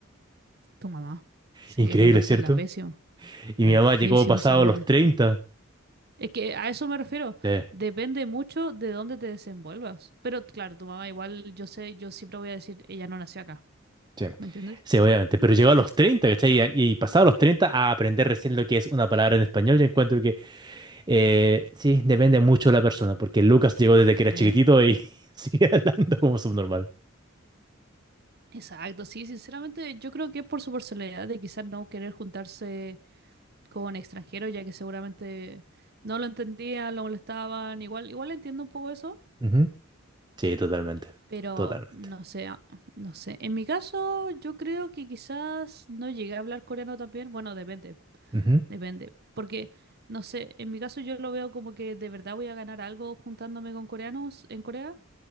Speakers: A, on the right; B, on the right.
A: Tu mamá, sí,
B: Increíble,
A: el Lucas
B: ¿cierto?
A: habla pésimo,
B: Y
A: habla
B: mi mamá
A: pésimo
B: llegó pasado
A: ese pobre.
B: los treinta
A: Es que a eso me refiero.
B: Sí.
A: Depende mucho de dónde te desenvuelvas. Pero claro, tu mamá igual, yo sé, yo siempre voy a decir, ella no nació acá.
B: Sí,
A: ¿Me entiendes?
B: sí, obviamente, pero llegó a los treinta ¿cachai? Y, y pasado los 30 a aprender recién lo que es una palabra en español, yo encuentro que eh, sí, depende mucho de la persona, porque Lucas llegó desde
A: Sí.
B: que era chiquitito y <laughs> sigue hablando como subnormal.
A: Exacto, sí, sinceramente yo creo que es por su personalidad de quizás no querer juntarse con extranjeros, ya que seguramente no lo entendían, lo molestaban, igual, igual entiendo un poco eso,
B: Ujú, Sí, totalmente,
A: pero
B: totalmente.
A: no sé, ah, no sé. En mi caso, yo creo que quizás no llegué a hablar coreano también, bueno, depende.
B: ujú.
A: Depende. Porque, no sé, en mi caso yo lo veo como que de verdad voy a ganar algo juntándome con coreanos en Corea.